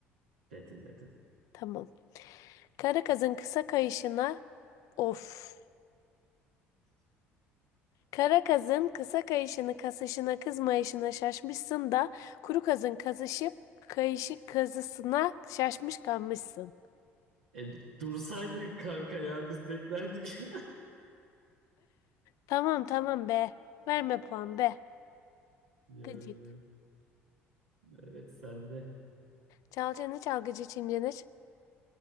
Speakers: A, on the right; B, on the left.
A: Dedin dedin.
B: Tamam. Kara kızın kısa kayışına Of. Kara kazın kısa kayışını kasışına kızmayışına şaşmışsın da kuru kazın kazışıp kayışı kazısına şaşmış kalmışsın.
A: E dursaydın kanka ya biz beklerdik. <laughs>
B: Tamam tamam be. Verme puan be.
A: Yani
B: Gıcık.
A: evet sen de.
B: Çal çene çalgıcı çingene ç-